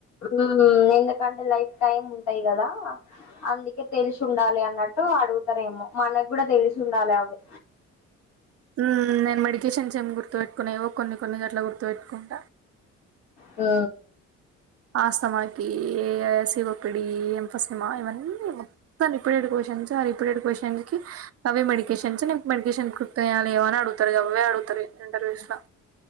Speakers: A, on the left; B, on the right.
A: ఊమ్ ఎందుకంటే లైఫ్ టైమ్ ఉంటయి గదా అందుకే తెలిషి ఉండాలి అన్నట్టు అడుగుతారేమో మన గూడా దెలిశుండాలి అవి
B: ఊమ్ నేన్ మెడికేషన్ చం గుర్తువెట్టుకున్నేవో కొన్ని కొన్ని గట్ల గుర్తు పెట్టుకుంట
A: ఓ
B: ఆస్తమాకి శివపిడి ఎంపసిమా ఇవన్నీ మొత్తం రిపీటెడ్ క్వశ్చన్స్ ఆ రిపీటెడ్ క్వశ్చన్స్ కి అవే మెడికేషన్స్ మెడికేషన్ కృర్య్యాలివ అని అడుగుతారు అవే అడుగుతారు ఇంటర్వ్యూస్ ల